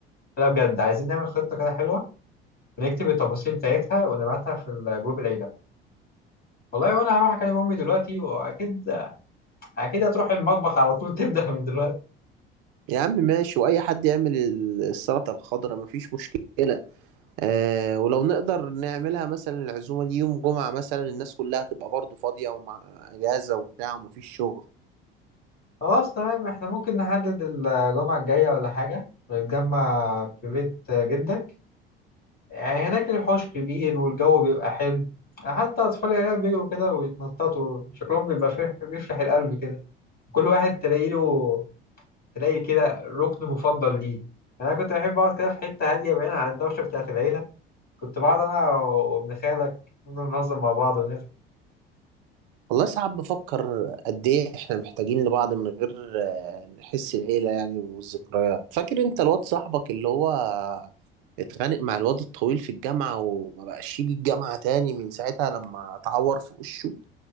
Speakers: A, on the left (about 30°); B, on the right (about 65°).
A: لا بجد عايزين نعمل خطة كده حلوة بنكتب التفاصيل بتاعتها ونبعتها في الجروب العيلة والله وانا هروح اكلم امي دلوقتي واكيد اكيد هتروح المطبخ على طول <laughs> تبدأ من دلوقتي
B: يا عم ماشي وأي حد يعمل السلطة الخضراء مفيش مشكلة آه ولو نقدر نعملها مثلا العزومة دي يوم جمعة مثلا الناس كلها تبقى برضه فاضية ومع أجازة وبتاع ومفيش شغل
A: خلاص تمام احنا ممكن نحدد الجمعة الجاية ولا حاجة ونتجمع في بيت جدك يعني هناك الحوش كبير والجو بيبقى حلو حتى أطفال العيلة بيجروا كده ويتنططوا شكلهم بيبقى فيه بيفرح القلب كده كل واحد تلاقي له تلاقي كده ركن مفضل ليه يعني أنا كنت بحب أقعد كده في حتة هادية بعيد عن الدوشة بتاعة العيلة كنت بقعد انا وابن خالك نفضل نهزر مع بعض ونضحك
B: والله ساعات بفكر قد إيه إحنا محتاجين لبعض من غير آه نحس العيلة يعني والذكريات فاكر أنت الواد صاحبك اللي هو اتخانق مع الواد الطويل في الجامعة وما بقاش يجي الجامعة تاني من ساعتها لما اتعور في وشه